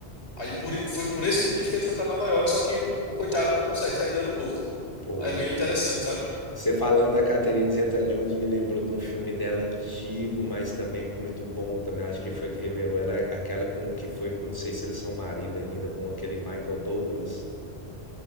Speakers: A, on the left; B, on the left.
A: Aí por i- foi por esse motivo que ele foi pra Nova York, só que o, o coitado não consegue sair do aeroporto.
B: poxa.
A: É bem interessante, sabe?
B: Você falando da Catherine Zeta-Jones me lembrou de um filme dela antigo, mas também muito bom. Também acho que foi que revelou ela, aquela com o que foi, não sei se eles são marido ainda, com aquele Michael Douglas.